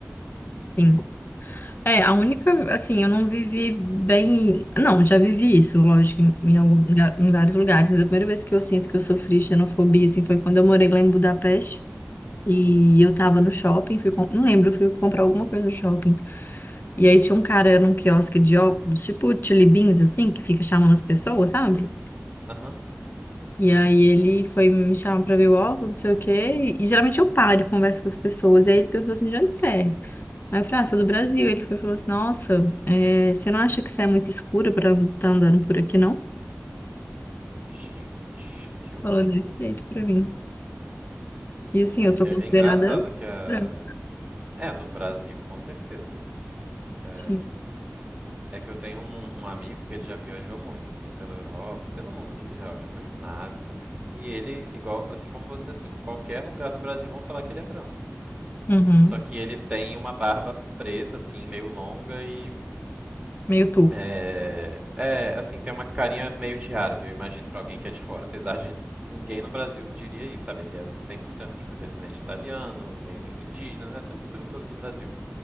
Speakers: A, on the left; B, on the right.
A: sim. É, a única, assim, eu não vivi bem. Não, já vivi isso, lógico, em, em algum lugar- em vários lugares, mas a primeira vez que eu sinto que eu sofri xenofobia, assim, foi quando eu morei lá em Budapeste. E eu tava no shopping, fui com- não lembro, fui comprar alguma coisa no shopping. E aí tinha um cara num quiosque de óculos, tipo Chili Beans, assim, que fica chamando as pessoas, sabe?
B: Aham.
A: E aí ele foi me chamar pra ver o óculos, não sei o quê. E geralmente eu paro e converso com as pessoas. E aí ele perguntou assim, de onde você é? Aí eu falei, ah, sou do Brasil. Ele foi, e falou assim, nossa, é, você não acha que você é muito escura pra estar andando por aqui, não?
B: Gente, que horror.
A: Falou desse jeito pra mim. E assim,
B: É,
A: eu sou
B: é-
A: considerada
B: é engraçado que a.
A: branca.
B: É, no Brasil, com certeza, né? Assim, é,
A: Sim.
B: É que eu tenho um, um amigo que ele já viajou muito, assim, pela Europa, pelo mundo no geral, já foi muito na Ásia também. E ele, igual, assim como você, assim, em qualquer lugar do Brasil vão falar que ele é branco.
A: Uhum.
B: Só que ele tem uma barba preta, assim, meio longa e.
A: Meio turco.
B: É, é assim, tem uma carinha meio de árabe, eu imagino, pra alguém que é de fora. Apesar de ninguém no Brasil diria isso, sabe? Ele é 100% tipo descendente italiano, meio indígena, né? Essa mistura toda do Brasil.